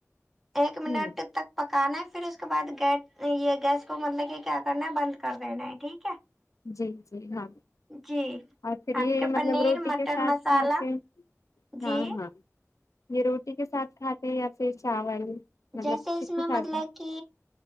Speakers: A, in the centre; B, on the left.
A: ایک منٹ
B: ہوں
A: تک پکانا ہے پھر اس کے بعد گے یہ گیس کو مطلب یہ کیا کرنا ہے بند کر دینا ہے ٹھیک ہے
B: جی جی ہاں
A: جی
B: اور پھر یہی
A: آپ کے پنیر
B: مطلب روٹی
A: مٹر
B: کے ساتھ
A: مسالہ
B: کھاتے ہاں
A: جی
B: ہاں یہ روٹی کے ساتھ کھاتے ہیں یا پھر چاول مطلب
A: جیسے اس
B: کس کے
A: میں
B: ساتھ
A: مطلب
B: کھاتے
A: کی